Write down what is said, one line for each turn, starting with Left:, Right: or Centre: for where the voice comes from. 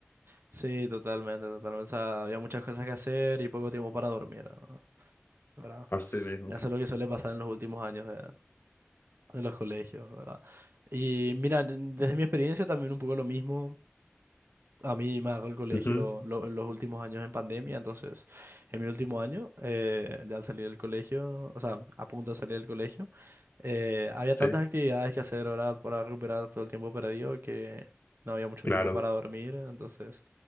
Right: Sí, totalmente, totalmente. O sea, había muchas cosas que hacer y poco tiempo para dormir, ¿no? ¿verdad?
Left: Así mismo.
Right: Eso es lo que suele pasar en los últimos años de, de los colegios, ¿verdad? Y mira, n- desde mi experiencia también un poco lo mismo. A mí me agarró el colegio
Left: Ujú,
Right: lo- los últimos años en pandemia, entonces en mi último año, eh, ya al salir del colegio, o sea, a punto de salir del colegio, eh, había tantas
Left: Sí,
Right: actividades que hacer ahora para recuperar todo el tiempo perdido que no había mucho
Left: claro,
Right: tiempo para dormir, entonces